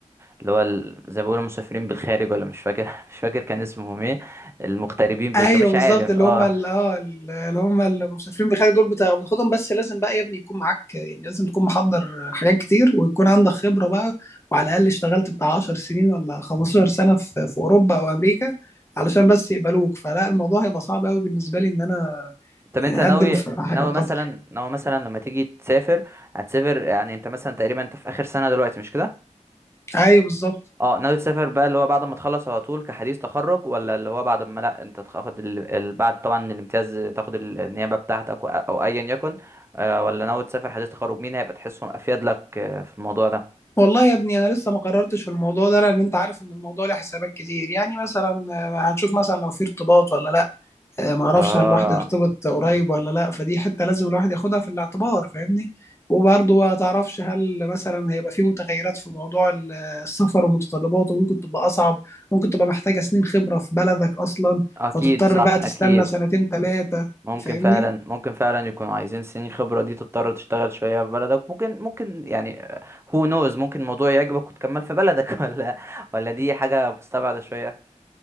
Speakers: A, on the right; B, on the left.
A: اللي هو ال... زي ما بيقولوا مسافرين بالخارج ولا مش فاكر <laughs> مش فاكر كان اسمهم ايه المغتربين
B: ايوه
A: بالخارج مش
B: بالظبط
A: عارف
B: اللي
A: اه
B: هم ال- اه ال- اللي هم المسافرين بالخارج دول بتا- بتاخدهم بس لازم بقى يا ابني يكون معاك يعني لازم تكون محضر حاجات كتير ويكون عندك خبره بقى وعلى الاقل اشتغلت بتاع 10 سنين ولا 15 سنه في في اوروبا او امريكا علشان بس يقبلوك فلا الموضوع هيبقى صعب قوي بالنسبه لي ان انا
A: طب انت
B: يعني
A: ناوي
B: اقدم في حاجه
A: ناوي
B: قطر
A: مثلا ناوي مثلا لما تيجي تسافر هتسافر يعني انت مثلا تقريبا انت في اخر سنة دلوقتي مش كده
B: ايوه بالظبط
A: اه ناوي تسافر بقى اللي هو بعد ما تخلص على طول كحديث تخرج ولا اللي هو بعد ما لا انت تاخد ال... ال... بعد طبعا الامتياز تاخد ال- النيابة بتاعتك و... او ايا يكن آه، ولا ناوي تسافر حديث تخرج مين هيبقى تحسهم افيد لك آه، في الموضوع ده
B: والله يا ابني انا لسه ما قررتش في الموضوع ده لان انت عارف ان الموضوع له حسابات كتير يعني مثلا آه، هنشوف مثلا لو في ارتباط ولا لا آه، ما اعرفش
A: اه
B: هل الواحد هيرتبط قريب ولا لا فدي حته لازم الواحد ياخدها في الاعتبار فاهمني وبرضه ما تعرفش هل مثلا هيبقى في متغيرات في موضوع ال- السفر ومتطلباته ممكن تبقى اصعب ممكن تبقى محتاجه سنين خبره في بلدك اصلا
A: اكيد
B: فتضطر
A: صح
B: بقى تستنى
A: اكيد
B: سنتين ثلاثه
A: ممكن
B: فاهمني
A: فعلا ممكن فعلا يكونوا عايزين سنين خبرة دي تضطر تشتغل شوية في بلدك ممكن ممكن يعني هو نوز ممكن الموضوع يعجبك وتكمل في بلدك <laughs> ولا ولا دي حاجة مستبعدة شوية